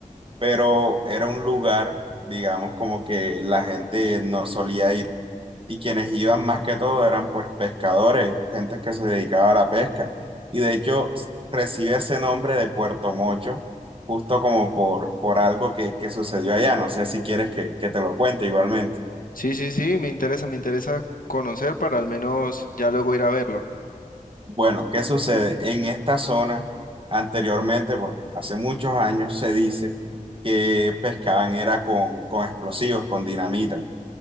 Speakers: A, on the right; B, on the left.
A: pero era un lugar, digamos, como que la gente no solía ir. Y quienes iban más que todo eran pues pescadores, gente que se dedicaba a la pesca. Y de hecho s- recibe ese nombre de Puerto Mocho, justo como por, por algo que, que sucedió allá. No sé si quieres que, que te lo cuente igualmente.
B: Sí, sí, sí, me interesa, me interesa conocer para al menos ya luego ir a verlo.
A: Bueno, ¿qué sucede? En esta zona, anteriormente, pues hace muchos años, se dice que pescaban era con, con explosivos, con dinamita.